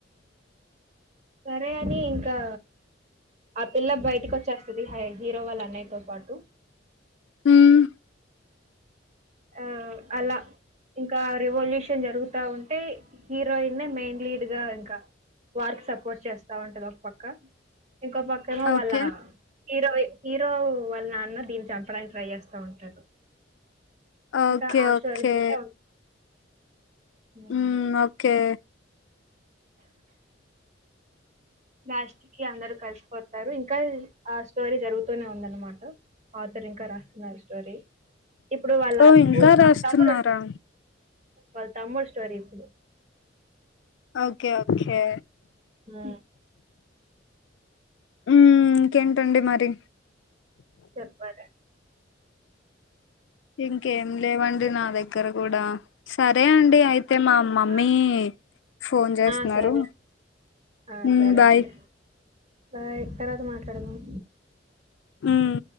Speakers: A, on the right (about 40°); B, on the left (about 75°).
A: సరే అని ఇంకా ఆ పిల్ల బయటకి వచ్చేస్తుది హీరో వాళ్ళ అన్నయ్యతో పాటు
B: మ్మ్
A: ఆ అలా ఇంకా రివల్యూషన్ జరుగుతా ఉంటే హీరోయినే మెయిన్ లీడ్ గా ఇంకా వార్క్ సపోర్ట్ చేస్తా ఉంటది ఒక పక్క ఇంకో పక్కమో
B: ఓకే
A: వాళ్ళ హీరో హీరో వాళ్ళ నాన్న దీన్ని చంపడానికి ట్రై చేస్తా ఉంటారు
B: ఓకే
A: ఇంకా ఆ
B: ఓకే
A: స్టోరీ మీదే హ్మ్
B: మ్మ్ ఓకే
A: లాస్ట్ కి అందరు కలిసిపోతారు ఇంకా ఆ స్టోరీ జరుగుతూనే ఉందన్నమాట ఆతర్ ఇంకా రాస్తున్నారు స్టోరీ ఇప్పుడు వాళ్ళ
B: ఓ ఇంకా రాస్తున్నారా
A: తమ్ముడు వ వాళ్ళ తమ్ముడు స్టోరీ ఇప్పుడు
B: ఓకే ఓకే
A: ఆ
B: హ్మ్ ఇంకేంటండి మరి
A: చెప్పాలా
B: ఇంకేం లేవండి నా దగ్గర కూడా సరే అండి అయి తే మా మమ్మీ
A: ఆ!
B: ఫోన్ చేస్తున్నారు
A: ఆ! సరే. ఆ
B: ఉమ్
A: సరే
B: బాయ్
A: అండి బాయ్ తర్వాత మాట్లాడదాం
B: ఉమ్